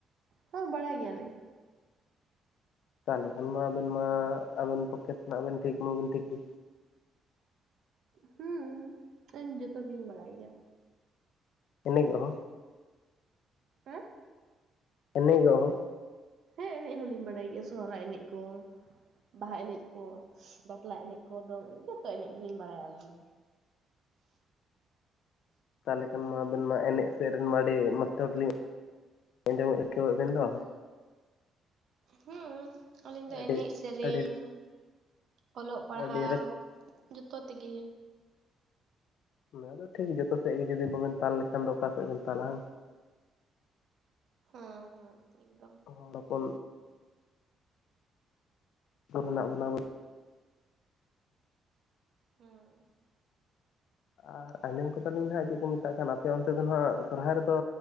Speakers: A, on the right; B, on the left.
A: ᱦᱚᱸ, ᱵᱟᱲᱟᱭ ᱜᱮᱭᱟ ᱞᱤᱧ᱾
B: ᱛᱟᱦᱚᱞᱮ ᱠᱷᱟᱱ ᱢᱟ ᱟᱵᱮᱱ ᱢᱟ ᱟᱵᱮᱱ ᱯᱚᱠᱮᱴ ᱨᱮᱱᱟᱜ ᱵᱮᱱ ᱴᱷᱤᱠ ᱢᱟᱵᱮᱱ ᱴᱷᱤᱠ ᱜᱮ᱾
A: ᱦᱩᱸ, ᱤᱧ ᱡᱚᱛᱚ ᱜᱮᱞᱤᱧ ᱵᱟᱲᱟᱭ ᱜᱮᱭᱟ᱾
B: ᱮᱱᱮᱡᱚᱜ ᱦᱚᱸ?
A: ᱦᱮᱸ?
B: ᱮᱱᱮᱡᱚᱜ ᱦᱚᱸ?
A: ᱦᱮᱸ ᱮᱱᱮᱡ ᱦᱚᱸᱞᱤᱧ ᱵᱟᱲᱟᱭ ᱜᱮᱭᱟ, ᱥᱚᱦᱚᱨᱟᱭ ᱮᱱᱮᱡ ᱠᱚ᱾ ᱵᱟᱦᱟ ᱮᱱᱮᱡ ᱠᱚ, ᱵᱟᱯᱞᱟ ᱮᱱᱮᱡ ᱠᱚ ᱫᱚ, ᱡᱚᱛᱚ ᱮᱱᱮᱡ ᱜᱮᱞᱤᱧ ᱵᱟᱲᱟᱭᱟ ᱟᱹᱞᱤᱧ ᱫᱚ᱾
B: ᱛᱟᱦᱚᱞᱮ ᱠᱷᱟᱱ ᱢᱟ ᱟᱵᱮᱱ ᱢᱟ ᱮᱱᱮᱡ ᱥᱮᱫ ᱨᱮᱱ ᱢᱟ ᱟᱹᱰᱤ ᱢᱟᱥᱴᱟᱨ ᱞᱤᱧ <unintelligible> ᱟᱸᱡᱚᱢ ᱮᱫ-ᱟ ᱛᱚ ᱟᱹᱵᱮᱱ ᱫᱚ᱾
A: ᱦᱩᱸ, ᱟᱹᱞᱤᱧ ᱫᱚ
B: ᱟᱹᱰᱤ
A: ᱮᱱᱮᱡ, ᱥᱮᱨᱮᱧ,
B: ᱟᱹᱰᱤ
A: ᱚᱞᱚᱜ, ᱯᱟᱲᱦᱟᱣ
B: ᱟᱹᱰᱤ ᱨᱟᱹᱥ
A: ᱡᱚᱛᱚ ᱛᱮᱜᱮ᱾
B: ᱚᱱᱟ ᱟᱫᱚ ᱴᱷᱤᱠ, ᱡᱚᱛᱚ ᱥᱮᱫ ᱜᱮ ᱡᱩᱫᱤ ᱵᱟᱵᱮᱱ ᱛᱟᱞ ᱞᱮᱠᱷᱟᱱ ᱫᱚ ᱚᱠᱟ ᱥᱮᱫ ᱵᱮᱱ ᱛᱟᱞᱟ ᱦᱮᱸᱥᱮ᱾
A: ᱦᱮᱸ ᱦᱮᱸ ᱮᱠᱫᱚᱢ᱾
B: <unintelligible> ᱥᱩᱨ ᱦᱮᱱᱟᱜ ᱵᱚᱱᱟ
A: ᱦᱩᱸ,
B: ᱟᱨ ᱟᱸᱡᱚᱢ ᱠᱟᱛᱟᱞᱤᱧ ᱱᱟᱦᱟᱜ ᱪᱮᱫ ᱠᱚ ᱢᱮᱛᱟᱜ ᱠᱟᱱ ᱟᱯᱮ ᱚᱱᱛᱮ ᱫᱚ ᱱᱟᱦᱟᱜ ᱥᱚᱨᱦᱟᱭ ᱨᱮᱫᱚ